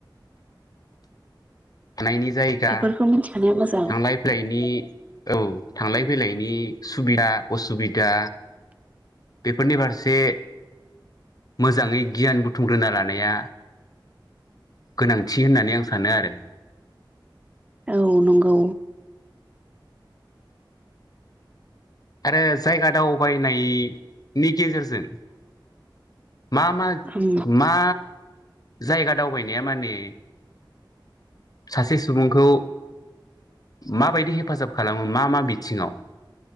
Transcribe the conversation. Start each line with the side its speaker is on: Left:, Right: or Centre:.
Left: थानायनि जायगा
Right: बेफोरखौ मिथिखानाया मोजां
Left: थांलाय फैलायनि औ थांलाय फैलायनि सुबिदा असुबिदा बेफोरनि फारसे मोजाङै गियान बुथुमग्रोना लानाया गोनांथि होननानै आं सानो आरो।
Right: औ नंगौ
Left: आरो जायगा दावबायनायनि गेजेरजों मा मा
Right: उम
Left: मा जायगा दावबायनाया माने सासे सुबुंखौ माबायदि हेफाजाब खालामो मा मा बिथिङाव